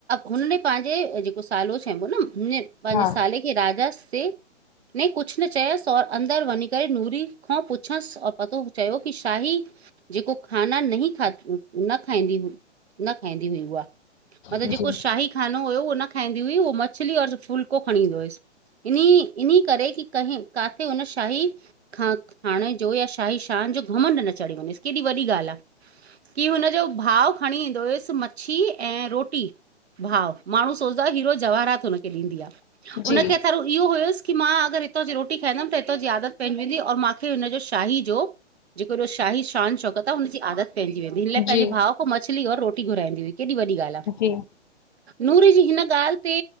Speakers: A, on the right; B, on the left.
A: हुनने पाहंजे जेको सालो चइबो न हुने पंहिंजे
B: हा
A: साले खे राजा स् ते ने कुझु न चयसि और अंदरि वञी करे नूरी खां पुछसि और पतो चयो की शाही? जेको खाना नहीं खात्, न खाईंदी हुई! न खाईंदी हुई उहा, मतिलब
B: जी
A: जेको
B: जी
A: शाही खानो हुयो उहो न खाईंदी हुई! उहो मछली और फुल्को खणी ईंदो हुयस इनि-इनि करे की कहीं काथे हुन शाही खां खाणे जो या शाही शान जो घमंड न चढ़े वञेसि, केॾी वॾी ॻाल्हि आहे। की हुनजो भाउ खणी हुयुसि मच्छी ऐं रोटी, भाउ माण्हू सोचदो हीरो जवाहरात हुनखे ॾींदी आहे।
B: जी
A: उनखे त रु इहो हुयसि की मां अगर हितां जी रोटी खाईंदमि त हितां जी आदत पइजी वेंदी और मांखे हुनजो शाही जो जेको हेॾो शाही शान-शौकत आहे, हुनजी आदत पइजी वेंदी हिन लाइ
B: जी
A: पंहिंजे भाउ मछली और रोटी घुराईंदी हुई। केॾी वॾी ॻाल्हि आहे।
B: जी
A: नूरी जी हिन ॻाल्हि ते